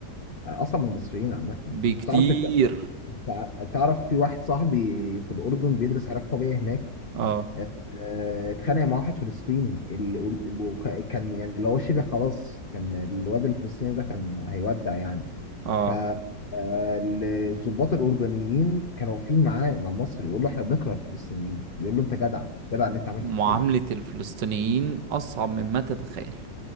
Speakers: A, on the left (about 35°); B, on the right (about 75°).
A: آه، أصلا من المصريين عامة
B: بكتير
A: أنت تعرف أنت أنت تعرف في واحد صاحبي في الأردن بيدرس علاج طبيعي هناك
B: اه
A: آه، آه، اتخانق مع واحد فلسطيني ال- وكان يعني اللي هو شبه خلاص كان الواد الفلسطيني ده كان هيودع يعني
B: اه
A: ف آه، الضباط الأردنيين كانوا واقفين معاه مع المصري يقول له إحنا بنكره الفلسطينيين بيقول له أنت جدع جدع إن أنت عملت
B: معامله
A: في كده
B: الفلسطينيين اصعب مما تتخيل